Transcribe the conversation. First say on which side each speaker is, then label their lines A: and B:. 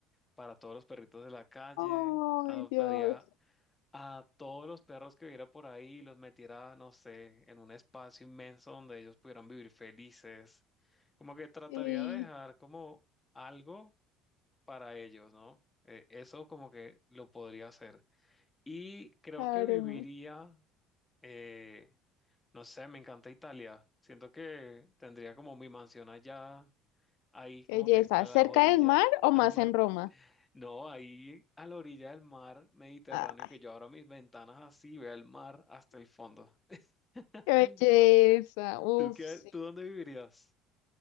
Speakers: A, on the left; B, on the left.
A: para todos los perritos de la calle,
B: Ay,
A: adoptaría
B: Dios.
A: a todos los perros que viera por ahí, y los metiera, no sé, en un espacio inmenso donde ellos pudieran vivir felices. Como que trataría
B: Sí,
A: de dejar como algo para ellos, ¿no? Eh, eso como que lo podría hacer. Y creo
B: claro.
A: que viviría, eh, no sé, me encanta Italia. Siento que tendría como mi mansión allá, ahí como
B: Qué belleza.
A: que a las
B: ¿Cerca
A: orillas,
B: del mar o
A: al
B: más
A: mar.
B: en Roma?
A: No, ahí a la orilla del mar Mediterráneo,
B: Ah,
A: que yo abra mis ventanas así, vea el mar hasta el fondo. <laughs>
B: qué belleza. Uf,
A: ¿Tú qué,
B: sí.
A: tú dónde vivirías?